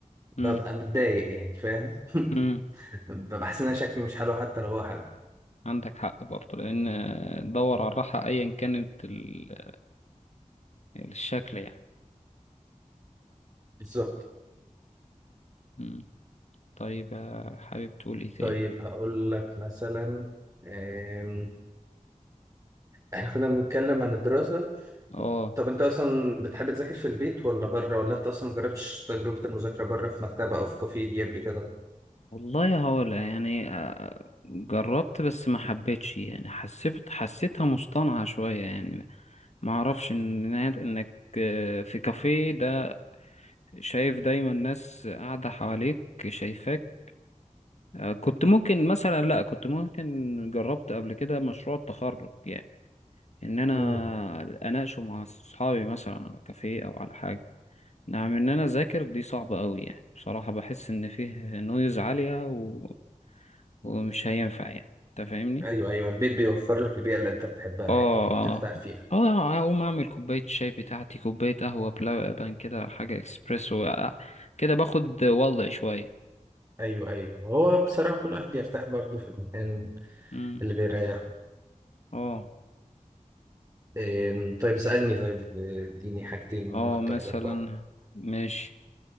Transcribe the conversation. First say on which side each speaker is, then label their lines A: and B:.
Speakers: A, on the right (about 25°); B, on the left (about 60°).
A: ببقى
B: امم
A: متضايق يعني فاهم <laughs>
B: امم
A: ببقى حاسس ان أنا شكلي مش حلو حتى لو هو حلو
B: عندك حق برضو لان آه، دور على الراحة ايا كانت ال- الشكل يعني
A: بالظبط
B: امم طيب آه، حابب تقول ايه تاني
A: طيب هقول لك مثلا آم، احنا كنا بنتكلم عن الدراسة
B: اه
A: طب انت اصلا بتحب تذاكر في البيت ولا بره ولا انت اصلا مجربتش تجربة المذاكرة بره في مكتبة او في كافيه دي قبل كده
B: والله هقول يعني آه، جربت بس ما حبيتش يعني حسيت حسيتها مصطنعة شوية يعني ما اعرفش ان انك آه، في كافيه ده شايف دايما ناس قاعدة حواليك شايفاك آه، كنت ممكن مثلا لا كنت ممكن جربت قبل كده مشروع التخرج يعني ان انا
A: امم
B: اناقشه مع اصحابي مثلا على كافيه او على حاجة نعم ان انا اذاكر دي صعبة قوي يعني بصراحة بحس ان فيه نويز عالية و... ومش هينفع يعني انت فاهمني
A: ايوه ايوه البيت بيوفر لك البيئة اللي انت بتحبها
B: اه
A: يعني
B: اه
A: بترتاح فيها
B: اه آه، اقوم اعمل كوباية شاي بتاعتي كوباية قهوة بلبن كده حاجة اكسبريسو آه، كده باخد وضعي شوية
A: ايوه ايوه هو بصراحة كل واحد بيرتاح برضه في المكان
B: امم
A: اللي بيريحه
B: اه
A: آم، طيب اسألني طيب آه، اديني حاجتين
B: اه
A: نختار
B: مثلا
A: لك واحدة
B: ماشي